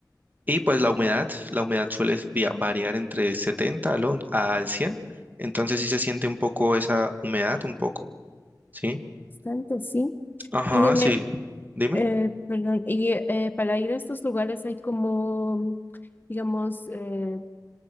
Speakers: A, on the right; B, on the left.
A: Y pues la humedad, la humedad suele via- variar entre 70 al, on- al 100. Entonces sí se siente un poco esa humedad, un poco, ¿sí?
B: bastante, sí.
A: Ajá,
B: Y dime,
A: sí. Dime.
B: eh, perdón, y eh, para ir a estos lugares hay como, digamos, eh,